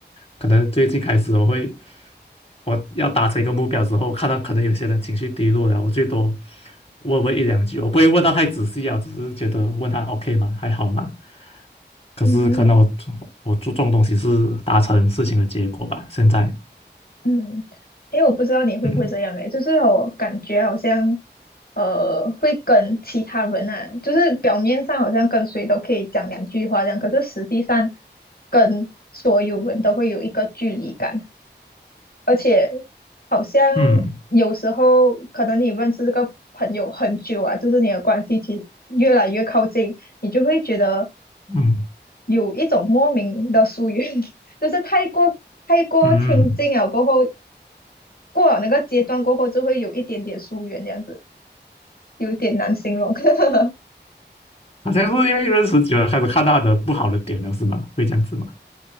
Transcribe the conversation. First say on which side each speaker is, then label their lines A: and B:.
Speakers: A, on the left; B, on the left.
A: 可能最近开始我会。我要达成一个目标之后，看到可能有些人情绪低落了，我最多问问一两句，我不会问到太仔细啊，只是觉得问他 OK 吗？还好吗？可是可能我我注重的东西是达成事情的结果吧。
B: 嗯嗯。
A: 现在，
B: 嗯，因为我不知道你会不会这样诶，
A: 嗯
B: 就是我感觉好像，呃，会跟其他人啊，就是表面上好像跟谁都可以讲两句话这样，可是实际上跟所有人都会有一个距离感，而且好像有时候可能你认识这个朋友很久啊，
A: 嗯
B: 就是你的关系其实越来越靠近，你就会觉得
A: 嗯
B: 有一种莫名的疏远。<laughs> 就是太过太过亲近了过后，
A: 嗯，嗯
B: 过了那个阶段过后，就会有一点点疏远，这样子有点难形容。<laughs>
A: 好像是因为认识久了，开始看到他的不好的点了，是吗？会这样子吗？